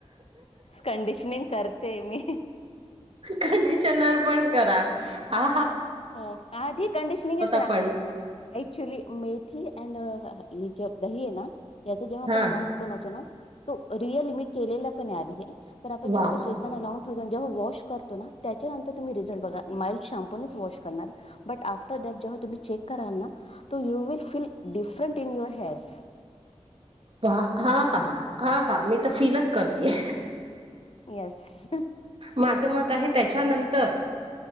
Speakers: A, on the left; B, on the right.
A: कंडिशनिंग करते मी
B: कंडिशनर पण करा आ.
A: हो आधी कंडिशनरी करा
B: आपण
A: ऍक्च्युली मी. ही अड ह जे दही आहे, ना याच जेव्हा आपण
B: हा
A: मास बनवतो ना तो रिअल मी केलेला पण आधी हे आपण
B: वा.
A: जेव्हा केसना लावून जेव्हा वॉश करतो ना त्याच्यां नंतर तुम् रिझल्ट बघा माईल्ड शेम्पोनेच वॉश करतो. आ्टर द जेव्हा तुम्ही चेक कराल ना you'll feel different in your hairs
B: हा हा ह हा हा मी तर फीलीलच करतेय.
A: येस
B: माझ मत आहे, त्याच्यानंतर